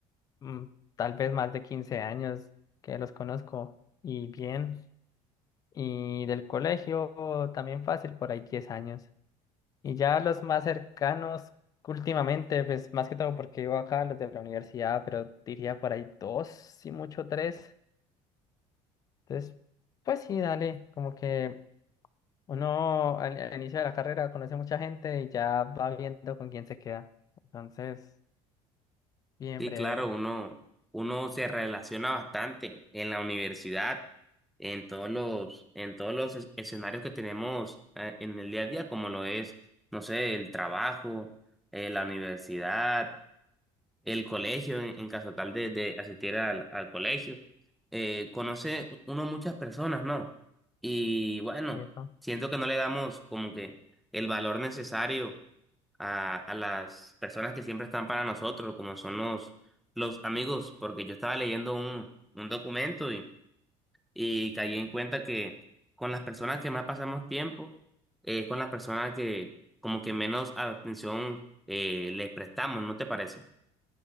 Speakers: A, on the left (about 30°); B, in the centre.
A: mm, tal vez más de 15 años que los conozco. Y bien. Y del colegio también fácil, por ahí 10 años. Y ya los más cercanos últimamente, pues más que todo porque vivo acá, los de la universidad, pero diría por ahí dos, si mucho tres. Entonces, pues sí, dale, como que uno al, al inicio de la carrera conoce mucha gente y ya va viendo con quién se queda. Entonces, bien
B: Sí,
A: breve.
B: claro, uno, uno se relaciona bastante en la universidad, en todos los, en todos los es- escenarios que tenemos eh, en el día a día, como lo es, no sé, el trabajo, eh, la universidad el colegio, en, en caso tal de, de asistir al, al colegio. Eh, conoce uno muchas personas, ¿no? Y bueno,
A: eso.
B: siento que no le damos como que el valor necesario a, a las personas que siempre están para nosotros, como son los, los amigos, porque yo estaba leyendo un, un documento y, y caí en cuenta que con las personas que más pasamos tiempo, eh, es con las personas que como que menos atención eh, les prestamos, ¿no te parece?